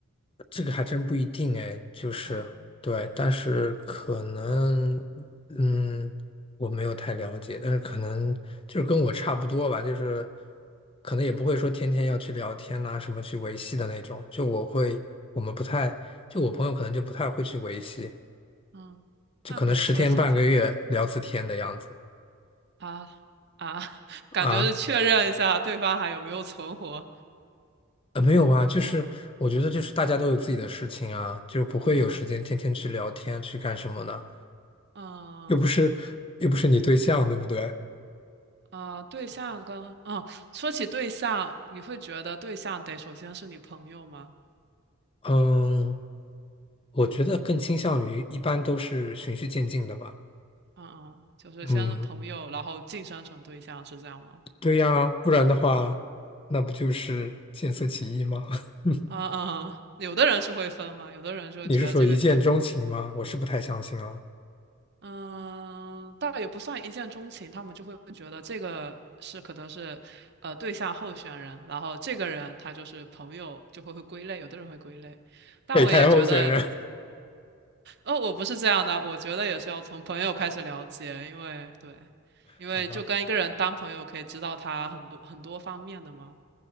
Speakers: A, on the left (about 25°); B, on the right (about 50°).
A: 这个还真不一定哎。就是对，
B: 嗯
A: 但是可能，嗯，我没有太了解，但是可能就是跟我差不多吧，就是可能也不会说天天要去聊天呐、什么去维系的那种。就我会，我们不太，就我朋友可能就不太会去维系，
B: 嗯，
A: 就可能十天半个月聊次天的样子。
B: 那比如说现在。啊啊，<laughs> 感觉是确认一下对方还有没有存活。
A: 啊。呃，没有啊，就是我觉得就是大家都有自己的事情啊，就不会有时间天天去聊天去干什么的，
B: 嗯嗯
A: 又不是又不是你对象，对不对？
B: 啊，对象跟嗯，说起对象，你会觉得对象得首先是你朋友吗？
A: 嗯，我觉得更倾向于一般都是循序渐进的吧。
B: 嗯嗯，就是先朋友，
A: 嗯，
B: 然后晋升成对象，是这样吗？
A: 对呀，不然的话，
B: 嗯
A: 那不就是见色起意吗？<laughs>
B: 嗯嗯嗯，有的人是会分嘛，有的人就觉得这个就是
A: 你是说一见钟情吗？我是不太相信啊。
B: 嗯，倒也不算一见钟情，他们就会觉得这个是可能是，呃，对象候选人，然后这个人他就是朋友，就会会归类，有的人会归类，但我也觉得，
A: 北台候选人，
B: 哦，我不是这样的，我觉得也是要从朋友开始了解，因为对，
A: <laughs>
B: 因为就跟一个人当朋友可以知道他很多很多方面的嘛，
A: 好吧，